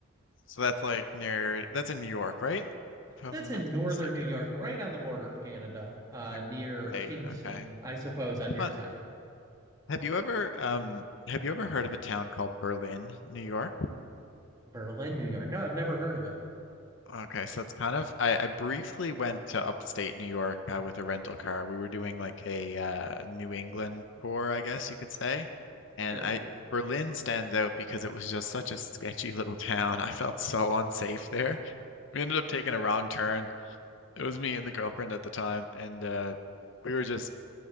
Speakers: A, on the left; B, on the right.
A: So that's like near that's in New York, right? If I'm
B: That's in
A: not
B: northern
A: mistaken.
B: New York, right on the border of Canada, uh,
A: Like
B: near
A: state,
B: Kingston,
A: okay.
B: I suppose, on your
A: But
B: side.
A: have you ever um have you ever heard of a town called Berlin, New York?
B: Berlin, New York. No, I've never heard of it.
A: Okay, so it's kind of I, I briefly went to upstate New York uh, with a rental car. We were doing like a uh, New England tour, I guess you could say. And
B: Sure.
A: I Berlin stands out because it was just such a sketchy <laughs> little town. I felt so unsafe there. We ended up taking a wrong turn. It was me and the girlfriend at the time, and uh, we were just.